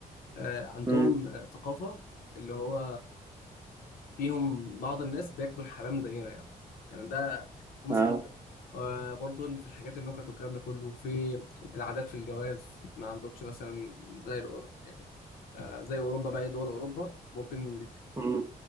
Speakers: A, on the left; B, on the right.
A: آه، عندهم
B: مم.
A: آه، ثقافه اللي هو فيهم بعض الناس بياكلوا الحمام زينا يعني كان ده هم
B: اه
A: ثقافه آه، برضو في الحاجات النكت والكلام ده كله في العادات في الجواز ما عندهمش مثلا زي الأور... يعني آه، زي اوروبا بقى دول اوروبا ممكن
B: مم.